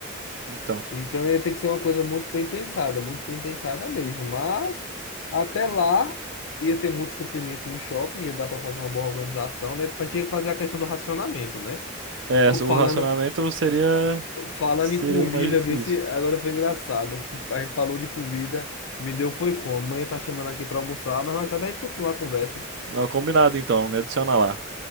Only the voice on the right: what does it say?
Então,
é,
o racionamento seria
seria
o mais difícil.
Não, combinado então, me adiciona lá.